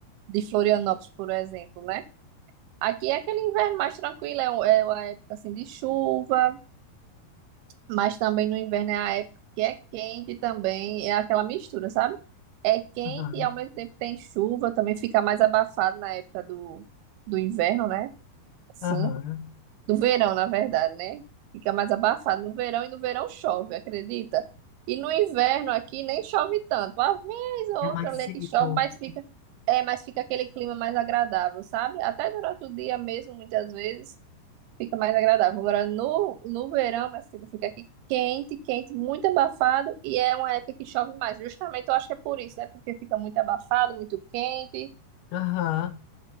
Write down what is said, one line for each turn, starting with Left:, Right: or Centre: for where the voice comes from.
Right: de Florianópolis, por exemplo, né? Aqui é aquele inverno mais tranquilo, é, um- é uma época assim de chuva, mas também no inverno é a época que é quente também, é aquela mistura, sabe? É quente
Left: Aham.
Right: e ao mesmo tempo tem chuva, também fica mais abafado na época do, do inverno, né? Assim,
Left: Aham.
Right: do verão, na verdade, né? Fica mais abafado no verão e no verão chove, acredita? E no inverno aqui nem chove tanto, uma vez ou
Left: É mais
Right: outra ali
Left: seco.
Right: é que chove, mas fica, é, mas fica aquele clima mais agradável, sabe? Até durante o dia mesmo, muitas vezes fica mais agradável. Agora, no, no verão, minha filha, fica aqui quente, quente, muito abafado, e é uma época que chove mais. Justamente, eu acho que é por isso, né? Porque fica muito abafado, muito quente,
Left: Aham.